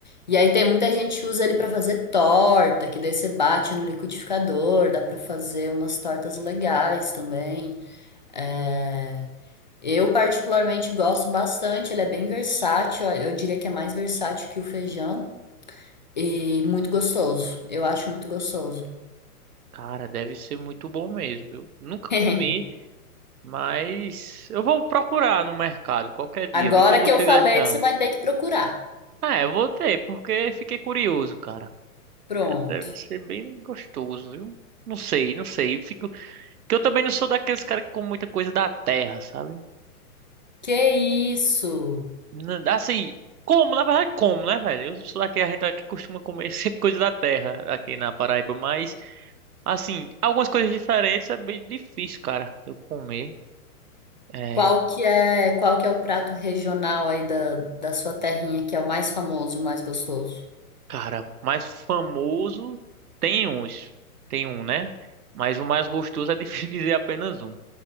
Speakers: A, on the left (about 30°); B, on the right (about 70°).
A: E aí tem muita gente que usa ele para fazer torta, que daí você bate no liquidificador, dá para fazer umas tortas legais também. É, Eu particularmente gosto bastante, ele é bem versátil, eu diria que é mais versátil que o feijão e muito gostoso. Eu acho muito gostoso.
B: cara, deve ser muito bom mesmo, viu? Nunca
A: <laughs>
B: comi, mas eu vou procurar no mercado qualquer dia,
A: Agora
B: ver se eu consigo
A: que eu falei,
B: achar.
A: você vai ter que procurar.
B: Ah, eu vou ter, porque fiquei curioso, cara.
A: Pronto.
B: É, deve ser bem gostoso, viu? Não sei, não sei. Fico... Que eu também não sou daqueles caras que comem muita coisa da terra, sabe?
A: Que isso?
B: N- Assim, como, na verdade, como, né, velho? Eu sou daqui, a gente aqui costuma comer <laughs> sempre coisa da terra aqui na Paraíba, mas, assim, algumas coisas diferentes é bem difícil, cara, eu comer. É,
A: Qual que é, qual que é o prato regional aí da, da sua terrinha que é o mais famoso, o mais gostoso?
B: cara, mais famoso tem uns, tem um, né? Mas o mais gostoso é difícil <laughs> dizer apenas um.